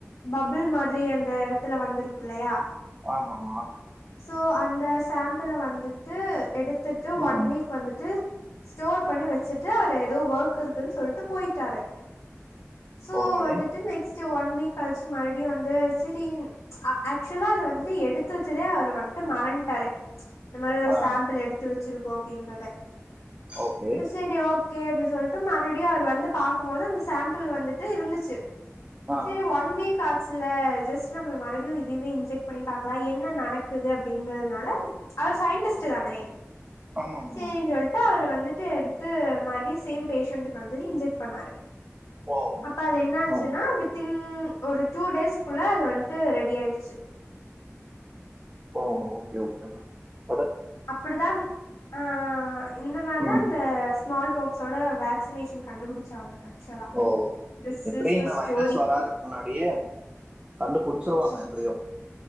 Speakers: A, on the left (about 75°); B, on the right (about 20°).
A: பபுள் மாதிரி அந் த எடத்துல வந்திருக்குல்லையா
B: ஆமாமா
A: ப்போ அந்த சாம்பிள வந்துட்டு எடுத் த்துட்டு
B: ம்
A: ஒன் வீக் வந்துட்டு ஸ்டோர் பண்ணி வச்சுட்டு அவரு எதோ ஒர்க் இருக்குன்னு சொல்லிட்டு போயி ட்டாரு சோ
B: ஓகே
A: வந்துட்டு நெக்ஸ்ட்டு ஒன் வீக் கழிச்சு மறுடியு வந்து சிரி ஆக்சுவலா அது வந்து து வச்சதே அவர் வன்ட்டு மறன்ட்டாரு இந்த மாரி ஒரு
B: ஆ
A: சாம்பிள் எடுத்து வச் சிருக்கோ அப்டின்றத
B: ஓகே
A: சேரி ஓக் கே அப்புடி சொல்ட்டு மறுடியு அவர் வந்து பாக்கும் போது அந்த சாம்பிள் வந்துட்டு இருந்துச்சு
B: ஆ
A: சேரி ஒன் வீக் ஆச் சுல ஜஸ்ட் நம்ம மறுடியு இதுவே இன்ஜெக்ட் பண்ணி பாக்கலா என்ன நடக்குது அப்டின்றதுனால அவர் சயின்டிஸ்ட் தானே
B: ஆமாம்மா
A: சேரினு சொல்ட்டு அவரு வந்து எடுத்து எடுத்து மறுடியு சேம் பேஷண்ட்க்கு வந்து இன்ஜெக்ட் பண்ணாரு
B: ஓ
A: அப்ப அது என்ன ஆச்சுன்னா
B: ஓ
A: வித்தின்ன் ஒரு டூ டேஸ்க்குள்ள அது வந்துட்டு ரெடியாயிடுச்சு
B: ஓ ஓகே ஓகே ம
A: அப்படிதான் அ அ இந்த மாரிதான்
B: ம்
A: இந்த ஸ்மால் போக்ஸோட வேக்சினேஷன் கண்டுபிடிச்சாங்க ஆக்சுவலா
B: ஓ
A: திஸ்
B: எப்டி
A: இஸ்
B: இந்த
A: த ஸ்டோரி
B: வைரஸ் வராதுக்கு முன்னாடியே கண்டு புடிச்சிருவாங்க எப்படியும்